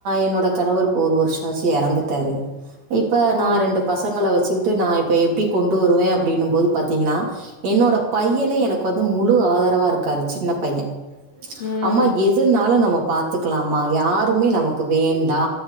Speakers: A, on the right; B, on the left.
A: என்னோட கணவர் இப்ப ஒரு வருஷோ ஆச்சி எறந்துட்டாரு இப்ப நா
B: ஓ
A: ரெண்டு பசங்கள வெச்சுக் நா இப்ப எப்டி கொண்டு வருவே அப்டினு போது பாத்தீங்ன்னா என்னோட
B: ம்
A: பையனே எனக்கு வந்து முழு ஆதரவா இருக்காரு சின்ன பையன்
B: ம்
A: அம்மா எதுனாலு நம்ம பாத் லாமா யார் டுமே நமக்கு வேண்டா